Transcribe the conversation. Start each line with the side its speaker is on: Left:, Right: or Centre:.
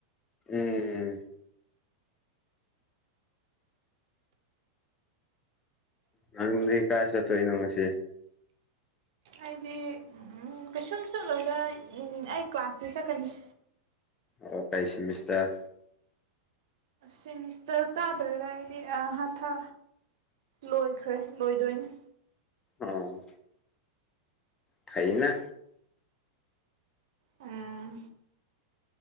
Left: ꯎꯝ ꯅꯪꯗꯤ ꯀꯥꯁ ꯇꯅ ꯃꯅꯨꯡꯁꯤ
Right: ꯑꯩꯗꯤ ꯀꯩꯁꯨꯝꯁꯨꯠꯂꯣꯏꯗ꯭ꯔ ꯑꯩ ꯀ꯭ꯂꯥꯁꯇꯤ ꯆꯠꯀꯅꯤ
Left: ꯑꯣ ꯀꯩꯁꯤꯃꯤꯁꯇ
Right: ꯁꯦꯃꯤꯁꯇꯔ ꯇꯥꯗ꯭ꯔꯦꯗ ꯑꯩꯗꯤ ꯍꯥꯊ ꯂꯣꯏꯈ꯭ꯔꯦ ꯂꯣꯏꯗꯣꯏꯅꯤ
Left: ꯑꯣꯝ ꯊꯩꯅ
Right: ꯑ